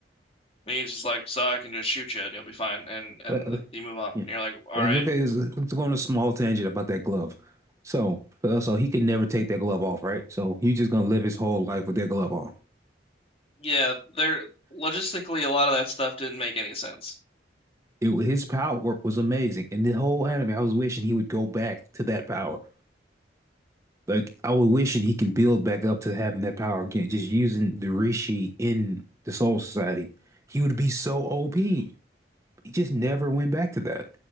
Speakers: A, on the left (about 35°); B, on the right (about 15°).
A: And he's just like, "So I can just shoot you, and you'll be fine," and and
B: But, uh,
A: you move on.
B: Yeah.
A: And you're like, "All
B: it's
A: right."
B: okay, it's, it's going a small tangent about that glove. So, uh, so he could never take that glove off, right? So he's just gonna live his whole life with that glove on.
A: Yeah, there logistically a lot of that stuff didn't make any sense.
B: It, wa- his power was amazing, and the whole anime, I was wishing he would go back to that power. Like I was wishing he can build back up to having that power again, just using the Rishi in the Soul Society. He would be so OP. He just never went back to that.